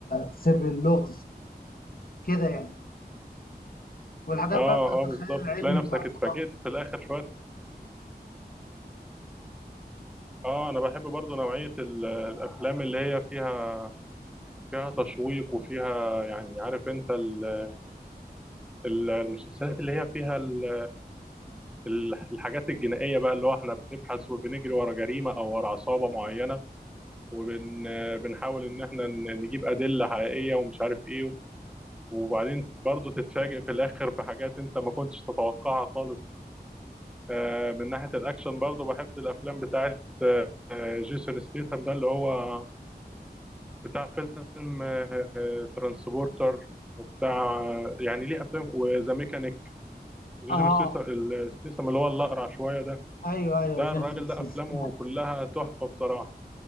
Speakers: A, on the left; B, in the centre.
A: سر اللغز كده يعني والحاجات
B: اه
A: بقى بتاعت
B: اه
A: الخيال
B: بالظبط
A: العلمي
B: تلاقي نفسك
A: بتاع الفضاء
B: اتفاجئت في الاخر شويه اه انا بحب برضو نوعيه ال- الافلام اللي هي فيها فيها تشويق وفيها يعني عارف انت ال- ال- المسلسلات اللي هي فيها ال- ال- الحاجات الجنائيه بقى اللي هو احنا بنبحث وبنجري ورا جريمه او ورا عصابه معينه وبنحاول ان احنا ن- نجيب ادله حقيقيه ومش عارف ايه وبعدين برضو تتفاجئ في الاخر بحاجات انت ما كنتش تتوقعها خالص آه، من ناحيه الاكشن برضو بحب الافلام بتاعه آه، جيسون ستيثم ده اللي هو بتاع فيلم آه، ترانسبورتر وبتاع يعني ليه افلام وذا ميكانيك جيسون
A: آه
B: ستيثم ال- ستيثم اللي هو الاقرع شويه ده
A: أيوه أيوه
B: ده
A: جيسون
B: الراجل ده
A: ستاثام.
B: افلامه كلها تحفه بصراحه